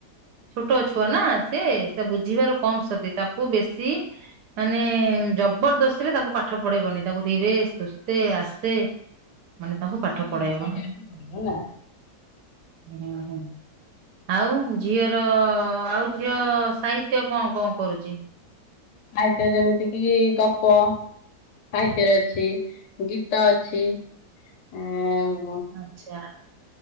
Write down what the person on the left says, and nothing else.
<unintelligible>
ହେଲା।
ସାହିତ୍ୟ ଯେମିତି କିି ଗପ ସାହିତ୍ୟରେ ଅଛି ଗୀତ ଅଛି ଆ